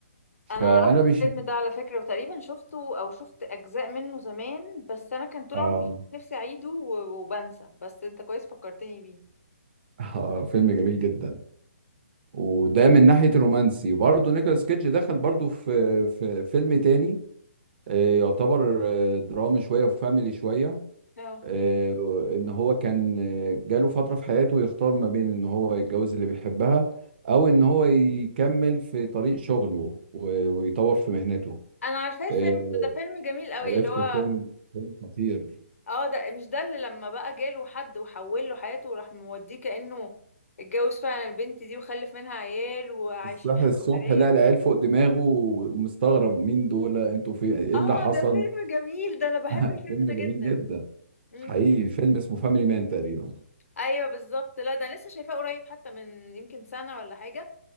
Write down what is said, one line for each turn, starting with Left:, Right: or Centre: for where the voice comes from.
Left: انا
Right: فانا
Left: عارفه
Right: بيشد
Left: الفيلم ده على فكره وتقريبا شفته او شفت اجزاء منه زمان بس انا كان طول
Right: آه.
Left: عمري نفسي اعيده و- وبنسى بس انت كويس فكرتني بيه
Right: آه فيلم جميل جدا وده من ناحية الرومانسي وبرضه نيكولاس كيدج دخل برضه في في فيلم تاني آه، يعتبر آه، درامي شوية وفاميلي شوية
Left: اه
Right: آه، إن هو كان آه، جاله فترة في حياته يختار ما بين إن هو يتجوز اللي بيحبها أو إن هو يكمل في طريق شغله و- ويطور في مهنته
Left: انا عارفاه الفيلم
Right: آه،
Left: ده ده فيلم جميل قوي
Right: عرفت
Left: اللي هو
Right: فيلم فيلم خطير
Left: اه ده مش ده اللي لما بقى جاله حد وحول له حياته وراح موديه كانه اتجوز فعلا البنت دي وخلف منها عيال وعايشين
Right: صحي
Left: حياه
Right: الصبح
Left: اسريه
Right: لقى العيال فوق دماغه مستغرب مين دول انتوا في ايه
Left: اه
Right: اللي حصل
Left: ده فيلم جميل ده انا بحب
Right: <laughs>
Left: الفيلم
Right: فيلم
Left: ده
Right: جميل
Left: جدا
Right: جدا
Left: امم
Right: حقيقي فيلم اسمه فاميلي مان تقريبا
Left: ايوه بالظبط لا ده أنا لسه شايفاه قريب حتى من يمكن سنه ولا حاجه